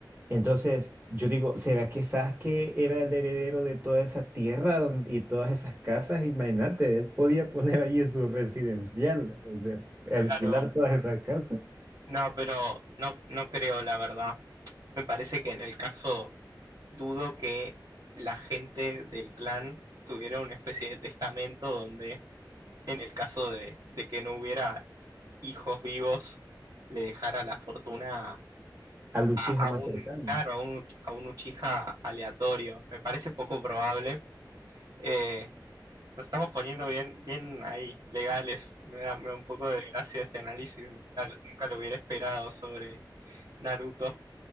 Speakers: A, on the right; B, on the right.
A: Entonces, yo digo, ¿será que Sasuke era el heredero de toda esa tierra don- y todas esas casas? Imagínate, él podía poner allí su residencial, o sea, alquilar
B: Claro,
A: todas esas casas
B: No, pero no, no creo, la verdad. Me parece que en el caso dudo que la gente del clan tuviera una especie de testamento donde, en el caso de, de que no hubiera hijos vivos, le dejara la fortuna a,
A: al Uchiha
B: a
A: más
B: un,
A: cercano.
B: claro, a un, a un Uchiha aleatorio. Me parece poco probable. Eh, nos estamos poniendo bien, bien ahí, legales. Me da, me da un poco de gracia este análisis. Nunca, nunca lo hubiera esperado sobre Naruto.